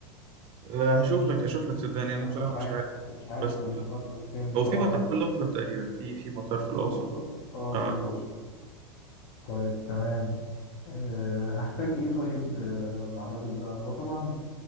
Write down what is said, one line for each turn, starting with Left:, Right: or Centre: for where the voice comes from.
Right: آه هشوف لك اشوف لك صدقني انا
Left: أنا
Right: بصراحة
Left: مش
Right: مش
Left: عارف
Right: عارف
Left: مش عارف
Right: بس
Left: المطار
Right: آه،
Left: فين بصراحة
Right: هو في مطار
Left: بس
Right: في الأقصر تقريبا في في مطار في الأقصر
Left: في الأقصر اه
Right: اه
Left: في الأقصر طيب تمام أه هحتاج ايه طيب آه، مع الراجل ده هو طبعا